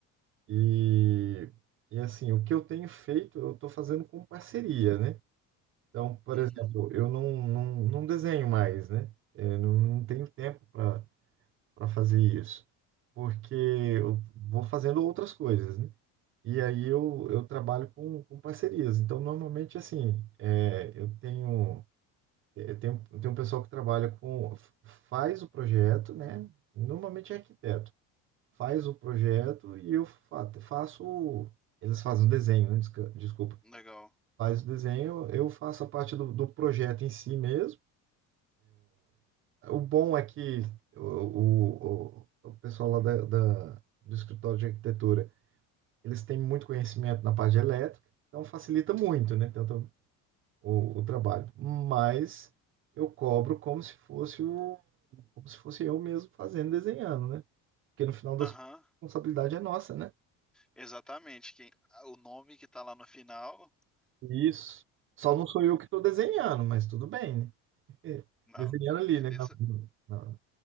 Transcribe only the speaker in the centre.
Uhum,
legal.
Aham,
exatamente. Quem, o nome que tá lá no final,
na,
é
dessa.